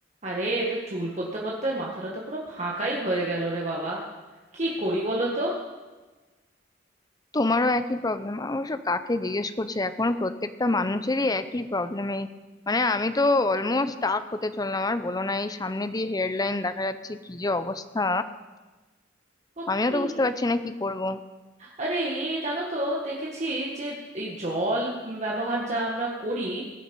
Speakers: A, on the right; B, on the left.
A: আরে এ তো চুল পড়তে পড়তে মাথাটা তো পুরো ফাঁকাই হয়ে গেল রে বাবা কি করি বলো তো
B: তোমারও একই প্রবলেম অবশ্য কাকে জিজ্ঞেস করছে এখন প্রত্যেকটা মানুষেরই একই প্রবলেমই মানে আমি তো অলমোস্ট স্টাক হতে চললাম আর বলো না এই সামনে দিয়ে হেডলাইন দেখা যাচ্ছে কি যে অবস্থা
A: সত্যি
B: আমিও তো বুঝতে পারছি না কি করব
A: আরে এ জানো তো দেখেছি যে এই জল ব্যবহার যা আমরা করি